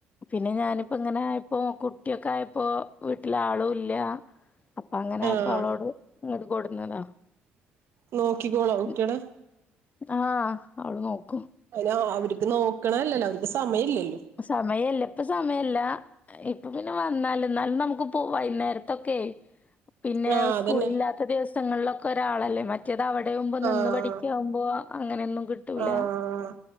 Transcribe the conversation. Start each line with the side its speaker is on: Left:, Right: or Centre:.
Left: പിന്നെ ഞാനിപ്പോ ഇങ്ങനെയപ്പോ കുട്യോക്കെയപ്പോ വീട്ടിലാളുല്ല. അപ്പൊ അങ്ങനെയപ്പോ
Right: ആഹ്
Left: അവളോട് ഇങ്ങട് കൊടുന്നതാ.
Right: നോക്കിക്കോളൊ കുട്യളെ.
Left: ഉം ആഹ് അവള് നോക്കും.
Right: അലോ അവർക്ക് നോക്കണല്ലല്ലോ അവര്ക്ക് സമയല്ലല്ലോ.
Left: സമയല്ല. ഇപ്പ സമയല്ല. ഇപ്പൊ പിന്നെ വന്നാല്. ന്നാലും നമുക്ക് പോ വൈകുന്നേരത്തൊക്കെ പിന്നെ
Right: ആഹ്
Left: സ്കൂളില്ലാത്ത
Right: അതന്നെ
Left: ദിവസങ്ങൾലൊക്കെ ഒരാളല്ലേ മ റ്റേത് അവിടെയാവുമ്പോ നിന്ന്
Right: ആഹ്
Left: പഠിക്കാവുമ്പോ അങ്ങനെയൊന്നും കിട്ടൂല.
Right: ആഹ്